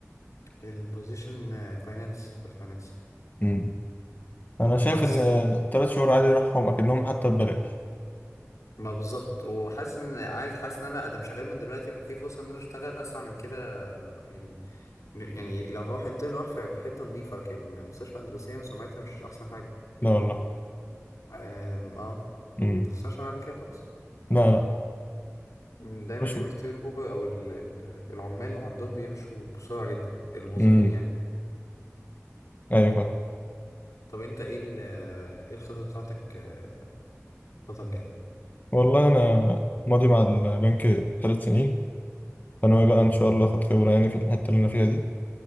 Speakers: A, on the left; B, on the left.
A: البوزيشن فاينانس في الفاينانس
B: مم. انا شايف
A: بس
B: ان ثلاث شهور عادي يروحهم اكنهم حتى ببلاش
A: ما بالظبط وحاسس ان عايز حاسس ان انا ادم شغال من دلوقتي ففي فرصه ان انا اشتغل اسرع من كده يعني يعني لو هروح انترن اروح في في حته نظيفه لكن مستشفى اندلسيه سمعتها مش احسن حاجه
B: لا والله
A: أم، اه
B: مم.
A: ما سمعتش عنها قبل كده خالص
B: لا لا
A: أم، دايما
B: مش
A: بيقولوا التيرن اوفر او ال- ال- العمال عندهم بيمشوا بسرعه جدا الموظفين
B: مم.
A: يعني
B: ايوه فاهم
A: طب انت ايه ال- ايه الخطط بتاعتك آه، الفترة الجاية؟
B: والله انا ماضي مع البنك ثلاث سنين فانا بقى ان شاء الله اخد خبرة يعني في الحتة اللي انا فيها دي